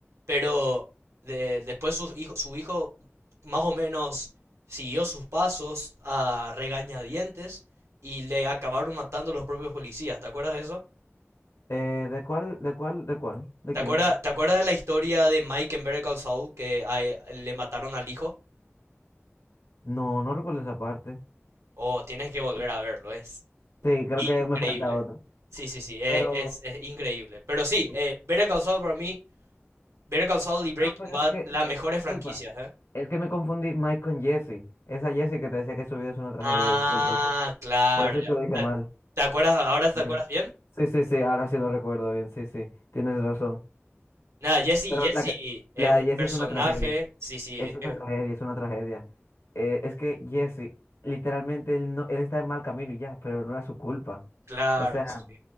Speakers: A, on the right (about 85°); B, on the left (about 75°).
A: pero de- después su hijo, su hijo más o menos siguió sus pasos a regañadientes y le acabaron matando los propios policías. ¿Te acuerdas de eso?
B: Eh, ¿de cuál, de cuál, de cuál? ¿De
A: ¿Te
B: quién?
A: acuerdas, te acuerdas de la historia de Mike en Better Call Saul que a e- le mataron al hijo?
B: No, no recuerdo esa parte.
A: Oh, tienes que volver a verlo, es
B: Sí, creo que
A: increíble.
B: me falta otra.
A: Sí, sí, sí, eh,
B: Pero,
A: es, es increíble. Pero sí, eh, Better Call Saul para mí Better Call Saul y Breaking
B: ah, pero
A: Bad,
B: es que,
A: las
B: eh,
A: mejores
B: disculpa,
A: franquicias, ¿eh?
B: es que me confundí Mike con Jesse. Esa Jesse que te decía que su vida es una tragedia,
A: Ah,
B: disculpa.
A: claro.
B: Por eso es que lo dije
A: ya.
B: mal.
A: ¿Te acuerdas? ¿Ahora te
B: Eh,
A: acuerdas bien?
B: Sí, sí, sí, ahora sí lo recuerdo bien, sí, sí, tienes razón.
A: Nada, Jesse,
B: Pero
A: Jesse
B: la, que-
A: es
B: la
A: un
B: de Jesse
A: personaje.
B: es una tragedia,
A: Sí, sí,
B: es una
A: eh,
B: tragedia, es una tragedia. Eh, es que Jesse, literalmente, él, no, él está en mal camino y ya, pero no era su culpa.
A: claro,
B: O sea,
A: sí.